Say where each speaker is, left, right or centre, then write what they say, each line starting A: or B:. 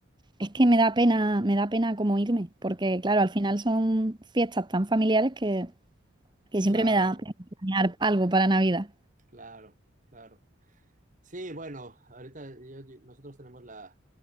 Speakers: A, on the right; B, on the right.
A: es que me da pena, me da pena como irme, porque claro, al final son fiestas tan familiares que, que
B: claro,
A: siempre me da pena planear algo para Navidad.
B: claro, claro. Sí, bueno, ahorita yo- yo- nosotros tenemos la,